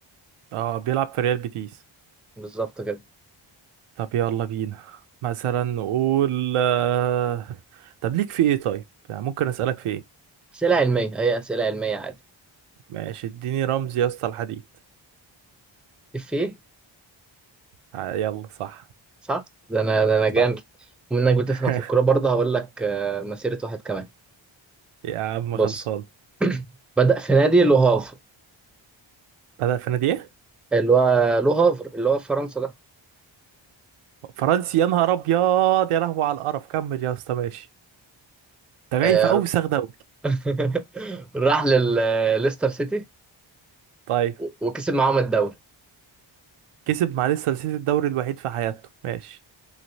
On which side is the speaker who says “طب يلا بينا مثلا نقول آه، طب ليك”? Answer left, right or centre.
Right